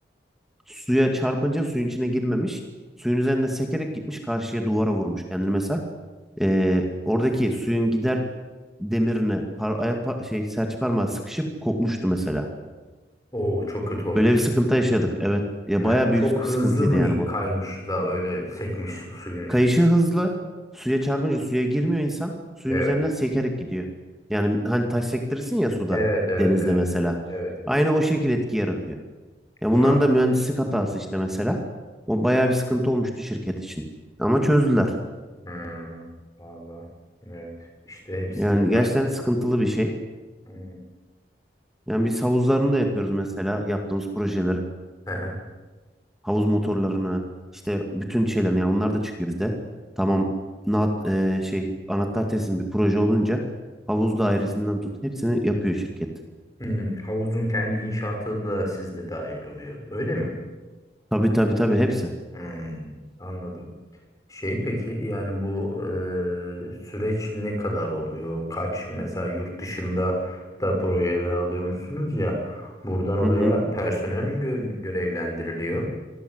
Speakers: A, in the centre; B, on the left.
A: suya çarpınca suyun içine girmemiş. Suyun üzerinde sekerek gitmiş karşıya duvara vurmuş kendini mesela. E, oradaki suyun gider demirine par ayak pa- şey serçe parmağı sıkışıp kopmuştu mesela.
B: Oo çok kötü olmuş.
A: Böyle bir sıkıntı yaşadık. Evet. Ya
B: Yani
A: bayağı
B: Baya
A: büyük
B: çok büyük
A: bir
B: hızlı
A: sıkıntıydı
B: sıkıntı mı
A: yani
B: yani.
A: bu.
B: kaymış da öyle sekmiş su- suyun üstünde?
A: Kayışı hızlı. Suya çarpınca suya girmiyor insan. Suyun
B: Evet.
A: üzerinden sekerek gidiyor. Yani hani taş sektirirsin ya suda.
B: Evet, evet,
A: Denizde
B: evet.
A: mesela.
B: Evet.
A: Aynı o şekil etki yaratıyor. Ya
B: Vaa.
A: bunların da mühendislik hatası işte mesela. O bayağı bir sıkıntı olmuştu şirket için. Ama çözdüler.
B: Hmm. Valla. Evet. İşte hepsi
A: Yani
B: detay.
A: gerçekten sıkıntılı bir şey.
B: Hmm.
A: Yani biz havuzlarını da yapıyoruz mesela yaptığımız projelerin.
B: Aha.
A: havuz motorlarını işte bütün şeylerini yani onlar da çıkıyor bizde. Tamam naat, e, şey anahtar teslim bir proje olunca havuz dairesinden tut hepsini yapıyor şirket.
B: Hmm. Havuzun kendi inşaatı da sizde dahil oluyor. Öyle mi?
A: Tabii tabii tabii hepsi.
B: Hmm. Anladım. Şey peki yani bu eee, süreç ne kadar oluyor? Kaç mesela yurt dışında da projeler alıyor musunuz ya? Buradan oraya
A: Hı hı.
B: personel mi gö- görevlendiriliyor?